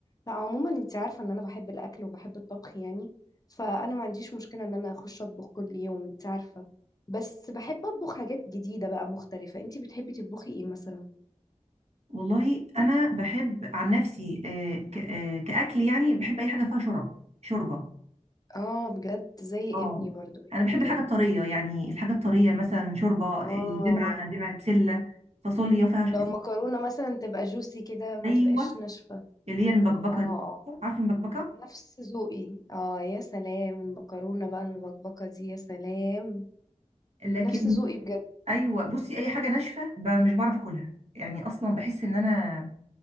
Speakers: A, on the left (about 30°); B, on the right (about 60°).
A: لا عموما انت عارفة ان انا بحب الاكل وبحب الطبخ يعني فانا ما عنديش مشكلة ان انا اخش اطبخ كل يوم انت عارفة بس بحب اطبخ حاجات جديدة بقى مختلفة انت بتحبي تطبخي ايه مثلا
B: والله انا بحب عن نفسي آه، ك- آه، كاكل يعني بحب اي حاجه فيها شرب شوربه
A: اه بجد زي ابني
B: اه
A: برضو بيحب
B: انا بحب
A: كده
B: الحاجه الطريه يعني الحاجه الطريه مثلا شوربه آه،
A: اه
B: دمعه دمعه بسله فاصوليا فيها ش-
A: لو مكرونة مثلا تبقى جوسي كده ما
B: ايوه
A: تبقاش ناشفة
B: اللي هي المبكبكه
A: اه اه
B: دي عارفه المبكبكه
A: نفس ذوقي اه يا سلام المكرونة بقى المبكبكة دي يا سلام
B: لكن
A: نفس ذوقي بجد
B: ايوه بصي اي حاجه ناشفه ب- مش بعرف اكلها يعني اصلا بحس ان انا